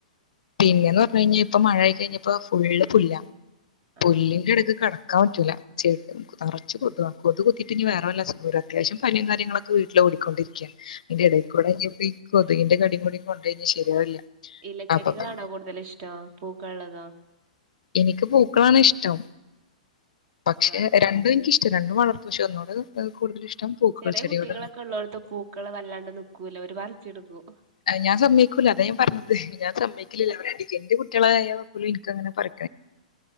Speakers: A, on the left (about 75°); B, on the right (about 40°).
A: പിന്നെന്ന്
B: അതെ
A: പറഞ് കയ്ഞ്ഞാ ഇപ്പ മഴ പെയ്ത് കയ്ഞ്ഞപ്പോ ഫുള്ള് പുല്ല പുല്ലിന്റെടക്ക്കട
B: ആഹ്
A: ക്കാൻ പറ്റൂല്ല ചേ നറച്ചും കൊതുകാ കൊതുക് കുത്തീട്ട് ഇനി വേറെ വല്ല അസുഖവും വരാൻ അത്യാവശ്യം പനിയും കാര്യങ്ങളൊക്കെ വീട്ടില് ഓടിക്കൊണ്ടിരിക്കുവാ അതിന്റെ ഇടയിൽ കൂടെ ഇനിയിപ്പോ ഈ കൊതുകിന്റെ കടിയും കൂടി കൊണ്ടു കഴിഞ്ഞാ ശരിയാവില്ല
B: ഇല്ല ചെടികളാണോ
A: അപ്പൊ പിന്നെ
B: കൂടുതല് ഇഷ്ടം പൂക്കൾ ഉള്ളതോ
A: എനിക്ക് പൂക്കളാണ് ഇഷ്ടം പക്ഷെ
B: ആഹ് ആഹ്
A: രണ്ടും എനിക്ക് ഇ ഷ്ടം രണ്ടും വളർത്തും പക്ഷേ ഒന്നൂടെ കൂതല് ഇഷ്ടം പൂക്കൾ
B: ചെറിയ
A: ചെടിയോടാണ്
B: കുട്ടികളൊക്കെ ഉള്ളോടത്ത് പൂക്കള് വല്ലാണ്ട് നിക്കൂല്ല അവര് പറിച്ചെടുക്കും
A: അത് ഞാൻ സമ്മതിക്കൂല്ല അതാ ഞാൻ പറഞ്ഞത് ഞാൻ സമ്മതിക്കില്ല എന്റെ കുട്ടികളായാൽ പോലും എനിക്കങ്ങനെ പറി